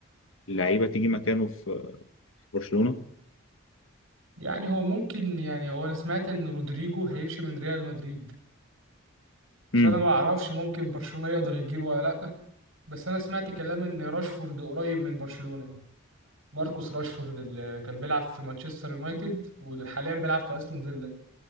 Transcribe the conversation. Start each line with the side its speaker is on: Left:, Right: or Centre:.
Left: للعيبة تيجي مكانه في برشلونة؟
Right: يعني هو ممكن يعني هو انا سمعت ان رودريجو هيمشي من ريال مدريد فانا
Left: امم
Right: ما اعرفش ممكن برشلونه يقدر يجيبه ولا لا بس انا سمعت كلام ان راشفورد قريب من برشلونه يعني ماركوس راشفورد اللي كان بيلعب في مانشستر يونايتد وحاليا بيلعب في استون فيلا